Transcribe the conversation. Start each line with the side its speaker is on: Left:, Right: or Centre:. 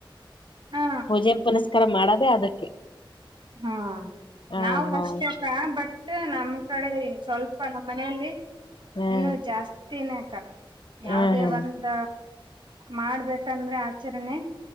Right: ಹಾ
Left: ಪೂಜೆ ಪುನಸ್ ತರ ಮಾಡದೇ ಅದಕ್ಕೆ
Right: ಹಾ
Left: ಹ
Right: ನಾವ್
Left: ನಾ
Right: ಅಷ್ಟಕ್ಕ ಬಟ್ ನಮ್ ಕಡೆ ಸ್ವಲ್ಪ ನಮ್ಮ್ ಮನೆಯಲ್ಲಿ
Left: ಹ್ಮ್
Right: ಇನ್ನು ಜಾಸ್ ತಿನ್ನ್ಯಾಕ ಯಾವ್ದೇ
Left: ಹ್ಮ್ ಹ್ಮ್
Right: ಒಂದ ಮಾಡ್ಬೇಕಂದ್ರೆ ಆಚರಣೆ